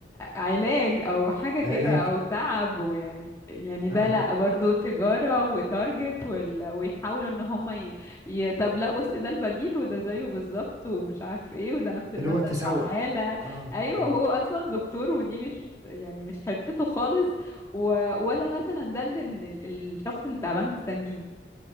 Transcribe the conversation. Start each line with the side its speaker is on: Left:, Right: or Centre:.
Left: علاج او حاجة كده
Right: علاج
Left: او تعب ويعني يعني يعني ده
Right: اه
Left: لا برضو تجارة وتارجت وال... ويحاولوا ان هم ي... ي... طب لا بص ده البديل وده زيه بالظبط ومش عارف ايه وده نفس المادة
Right: اللي هو التسوق
Left: الفعالة
Right: اه
Left: ايوه
Right: اه
Left: وهو اصلا دكتور ودي مش يعني مش حتته خالص و... ولا مثلا ده اللي إن ال- الشخص اللي تعبان مستنيه